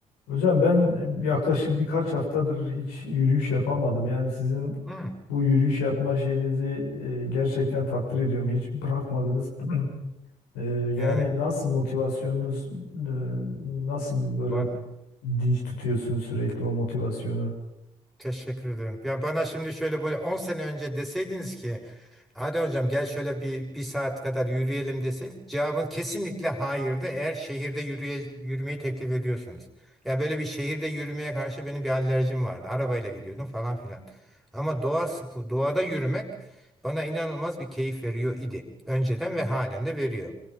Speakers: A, on the left; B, in the centre.
A: Hocam ben yaklaşık birkaç haftadır hiç yürüyüş yapamadım. Yani sizin
B: Hı,
A: bu yürüyüş yapma şeyinizi e, gerçekten takdir ediyorum. Hiç bırakmadınız. <clears throat> E, yani
B: yani
A: nasıl motivasyonunuz, e, nasıl böyle
B: var,
A: dinç tutuyorsunuz sürekli o motivasyonu?
B: teşekkür ederim. Ya bana şimdi şöyle böyle 10 sene önce deseydiniz ki hadi hocam gel şöyle bir, bir saat kadar yürüyelim deseydik cevabın kesinlikle hayırdı eğer şehirde yürüye, yürümeyi teklif ediyorsunuz. Yani böyle bir şehirde yürümeye karşı benim bir alerjim vardı. Arabayla gidiyordum falan filan. Ama doğa, sp- doğada yürümek bana inanılmaz bir keyif veriyor idi. Önceden ve halen de veriyor.